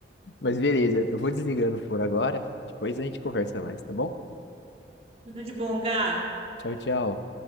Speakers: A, on the left (about 80°); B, on the right (about 35°).
A: Mas beleza, eu vou desligando por agora, depois a gente conversa mais, tá bom?
B: Tudo de bom, Gá?
A: Tchau, tchau.